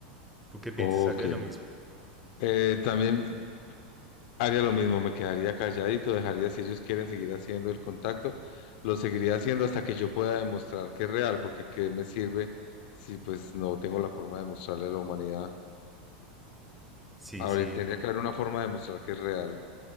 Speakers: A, in the centre; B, on the left (about 60°).
A: ¿Tú qué piensas?
B: Ok.
A: ¿Harías lo mismo?
B: Eh, también Haría lo mismo, me quedaría calladito, dejaría si ellos quieren seguir haciendo el contacto, lo seguiría haciendo hasta que yo pueda demostrar que es real, porque ¿qué me sirve si pues no tengo la forma de mostrarle a la humanidad?
A: Sí,
B: Ahora
A: sí,
B: tendría que haber una forma de mostrar que es real,